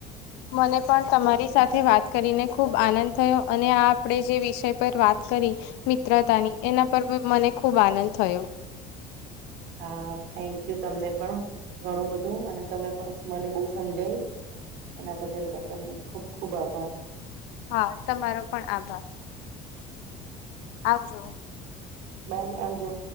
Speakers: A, on the left; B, on the right.
A: મને પણ તમારી સાથે વાત કરીને ખુબ આનંદ થયો અને આ આપણેે જે વિષય પર વાત કરી મિત્રતાની, એના પર બી મને ખૂબ આનંદ થયો.
B: હા, થેન્ક યુ તમને પણ. ઘણું બધું અને તમે પણ મને બહુ સમજાઈ. એના બદલ પણ તમને ખુબ ખુબ આભાર.
A: હા તમારો પણ આભાર. આવજો.
B: ભાઈ આવજો